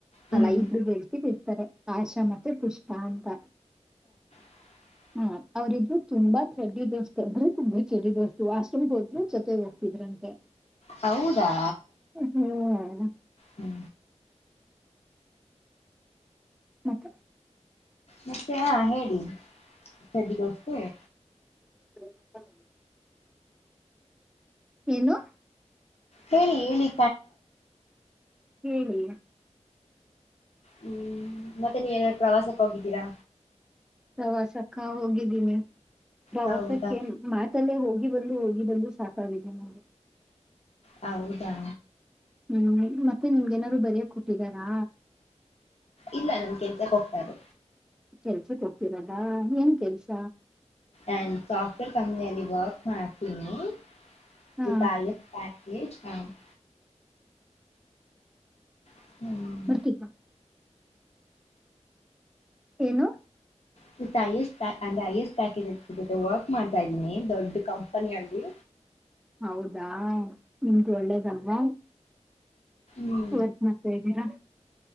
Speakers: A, on the left; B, in the centre.
A: ಹ್ಮ್
B: ಅಲ್ಲ ಇಬರುಗ ಹೇಳ್ತಿರ್ ಇರ್ತಾರೆ ಆಶಾ ಮ ಮತ್ತೆ ಪುಷ್ಪ ಅಂತ
A: <inaudible>
B: ಹ್ಮ ಅವ್ರಿದ್ರು ತುಂಬಾ ಚೆಡ್ ದೋಸ್ತ್ ಅ ಆದ್ರೆ ತುಂಬಾ ಚೆಡಿ ದೋಸ್ತು ವಾಶ್ ರೂಂಗೆ ಹೋದ್ರು ಜೊತೆ ಹಿದ್ರಂತೆ
A: ಹೌದಾ
B: ಹ್ಮ್
A: ಹ್ಞೂ
B: ಮತ್ತೆ
A: ಮತ್ತೆ ಆ ಹೇಳಿ ಚಡ್ಡಿದೋಸ್ತಗೆ
B: ಹ್ಮ <inaudible> ಏನು
A: ಹೇಳಿ ಹೇಳಿ
B: ಹೇಳಿ
A: ಹ್ಮ್ ಮತ್ತೆ ನೀವ್ ಏನಾರು ಪ್ರವಾಸಕ್ಕೆ ಹೋಗಿದ್ದೀರಾ
B: ಪ್ರವಾಸಕ್ಕ ಹೋಗಿದ್ದೀನಿ ಪ್ರವಾಸಕ್ಕೆ
A: ಹೌದಾ
B: ಮತ್ ತ್ತೆಲ್ಲು ಹೋಗಿ ಬಂದು ಹೋಗಿ ಬಂದು ಸಾಕಾಗಿದೆ ನಾವು
A: ಹೌದಾ
B: ಹ್ಮ್ ಮತ್ತೆ ನಿಮ್ಗೆ ಏನಾದ್ರು ಬರಿಯಕ್ ಕೊಟ್ಟಿದರಾ
A: ಇಲ್ಲ ನಮ ಕೆಲ್ಸಕ್ ಹೋಗ್ತಾರೆ
B: ಕೆಲ್ಸಕ್ ಹೋಗ್ತಿರದಾ ಏನ್ ಕೆಲ್ಸ
A: ಆ್ಯಂಡ್ ಸಾಫ್ಟ್ವೇರ್ ಕಂಪ್ನಿಯಲ್ಲಿ ವರ್ಕ್ ಮಾಡ್ತಿನಿ
B: ಹಾ
A: ವಿತ್ ಆ ಹೈಯಸ್ಟ್ ಪ್ಯಾಕ್ <inaudible> ಹ್ಮ್
B: ಬರ್ತಿದ್ನ ಏನು
A: ವಿಥ್ ಅ ಹೈಯಸ್ಟ್ ಪ್ಯಾ ಅಂದ ಹೈಯೆಸ್ಟ್ ಪ್ಯಾಕೇಜ್ ಇತ್ತು ಜೊತೆ ವರ್ಕ್ ಮಾಡ್ತಾ ಇದ್ದೀನಿ ದೊಡ್ಡ ಕಂಪನಿಯಲ್ಲಿ
B: ಹೌದಾ ನಿಮ್ದು ಒಳ್ಳೇದಲ್ವಾ
A: ಹ್ಮ್
B: ವರ್ಕ್ ಮಾಡ್ತಾ ಇದ್ದೀರಾ